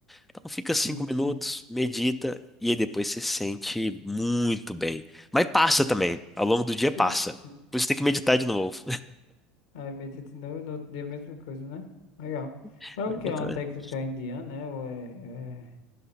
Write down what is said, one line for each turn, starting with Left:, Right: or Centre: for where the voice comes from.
Centre: Então fica cinco
Left: Sim,
Centre: minutos,
Left: sim.
Centre: medita e aí depois você se sente muito bem. Mas passa também, ao longo do dia
Left: Sim,
Centre: passa.
Left: sim.
Centre: Por isso tem que meditar de novo.
Left: Aí medita de novo, no outro dia a mesma coisa, né? Legal.
Centre: <laughs>
Left: É o que é uma técnica indiana, né? Ou é, é...